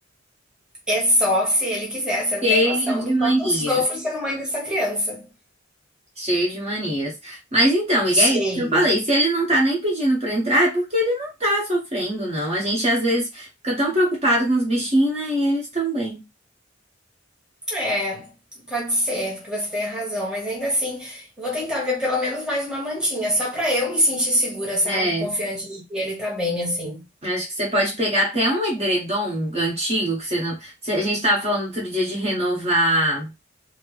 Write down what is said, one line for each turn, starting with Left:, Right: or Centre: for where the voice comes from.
Centre: É só se ele quiser. Você não
Right: Cheio
Centre: tem noção
Right: de
Centre: do
Right: manias,
Centre: quanto eu sofro sendo mãe dessa criança.
Right: cheio de manias. Mas então, amiga,
Centre: Cheio.
Right: é isso que eu falei. Se ele não tá nem pedindo pra entrar, é porque ele não tá sofrendo, não. A gente às vezes fica tão preocupado com os bichinhos, né? E eles estão bem.
Centre: É, pode ser, porque você tem razão, mas ainda assim, eu vou tentar ver pelo menos mais uma mantinha, só para eu me sentir segura, sabe?
Right: É,
Centre: Confiante de que ele tá bem, assim.
Right: acho que você pode pegar até um edredom antigo que você não. você- A gente tava falando outro dia de renovar.